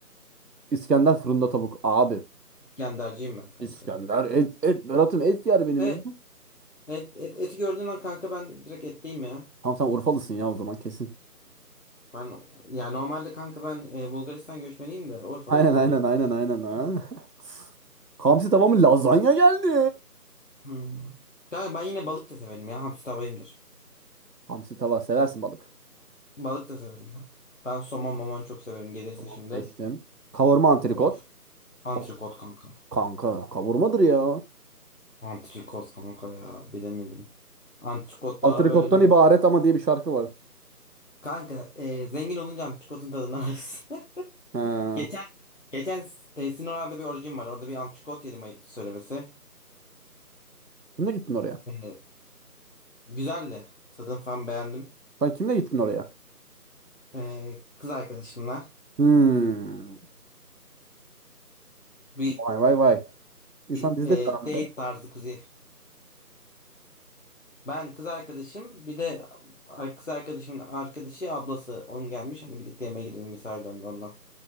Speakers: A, on the right; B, on the left.
A: İskender fırında tavuk. Abi.
B: İskenderciyim ben kanka.
A: İskender et, et Berat'ım et yer benim
B: Evet.
A: ya.
B: Et, et, eti gördüğün an kanka ben direkt etteyim ya.
A: Tamam sen Urfalısın ya o zaman kesin.
B: Ben ya normalde kanka ben e, Bulgaristan göçmeniyim de Urfalı
A: Aynen
B: sayılırım.
A: aynen aynen aynen. Ha. <laughs> Hamsi tava mı? Lazanya geldi.
B: Hmm. Kanka ben yine balık da severim ya. Hamsi tavayımdır.
A: Hamsi tava seversin balık.
B: Balık da severim ben. Ben somon mamon çok severim. Gelirse
A: Tamam
B: şimdi.
A: seçtim. Kavurma antrikot.
B: Of. Antrikot
A: Of
B: kanka.
A: kanka kavurmadır ya.
B: Antrikot kanka ya. Bilemedim. Antrikot
A: Antrikottan
B: daha böyle bir...
A: ibaret ama diye bir şarkı var.
B: Kanka e, zengin olunca antrikotun tadını alırsın.
A: He.
B: <laughs> Geçen geçen e, Sinop'larda bir orucum var. Orada bir antrikot yedim ayıp söylemesi.
A: Kimle gittin oraya?
B: E, güzeldi. Tadını falan beğendim.
A: Sen kimle gittin oraya?
B: E, kız arkadaşımla
A: Hmm.
B: bir,
A: Vay vay vay. İnsan
B: bir,
A: bizi
B: e,
A: de çağırdı
B: date
A: be.
B: tarzı kuzi Ben kız arkadaşım bir de ar- kız arkadaşımın arkadaşı ablası onun gelmiş hani birlikte yemeğe gidelim misafir döndü ondan.